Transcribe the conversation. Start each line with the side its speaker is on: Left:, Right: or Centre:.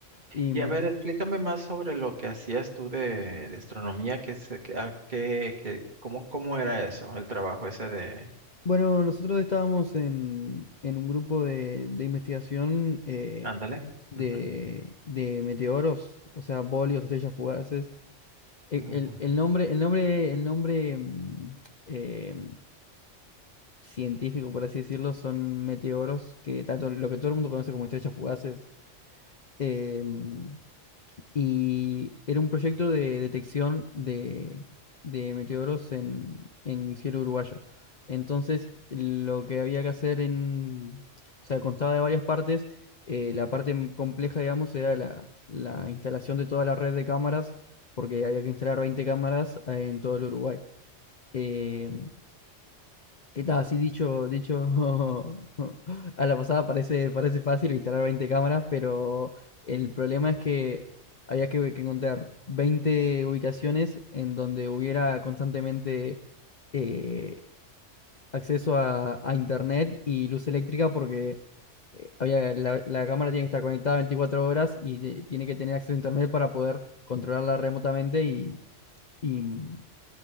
Left: Y
Right: Y
Left: mm,
Right: a ver, explícame más sobre lo que hacías tú de, de astronomía, que, se- que, a- que- que- cómo, cómo era eso, el trabajo ese de,
Left: bueno, nosotros estábamos en, en un grupo de, de investigación eh,
Right: Ándale.
Left: de,
Right: Ujú,
Left: de meteoros, o sea, bolios, estrellas fugaces. E-
Right: ujú.
Left: El, el nombre, el nombre, el nombre mm, eh, científico, por así decirlo, son meteoros, que tanto lo que todo el mundo conoce como estrellas fugaces. Eh, mm, y era un proyecto de detección de, de meteoros en, en cielo uruguayo. Entonces, lo que había que hacer en, o sea, constaba de varias partes. eh, la parte m- compleja, digamos, era la, la instalación de toda la red de cámaras, porque había que instalar 20 cámaras eh, en todo el Uruguay. Eh, ¿Qué tal? Así dicho, dicho <laughs> a la pasada parece, parece fácil instalar 20 cámaras, pero el problema es que había que, que encontrar 20 ubicaciones en donde hubiera constantemente eh, acceso a, a internet y luz eléctrica porque eh, había, la, la cámara tiene que estar conectada 24 horas y te- tiene que tener acceso a internet para poder controlarla remotamente y, y mm,